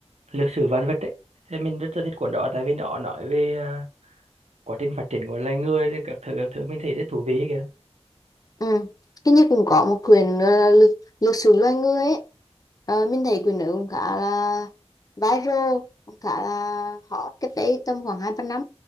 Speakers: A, on the right; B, on the left.
A: lịch sử vạn vật ấy thì mình rất là thích cuốn đó tại vì nó nói về à, quá trình phát triển của loài người rồi các thứ các thứ mình thấy rất thú vị ấy kìa
B: Ừ. Hình như cũng có một quyển nữa là lực lực sử loài người ấy. Ờ, mình thấy quyển đó cũng khá là viral, cũng khá là hot cách đây tầm khoảng hai ba năm.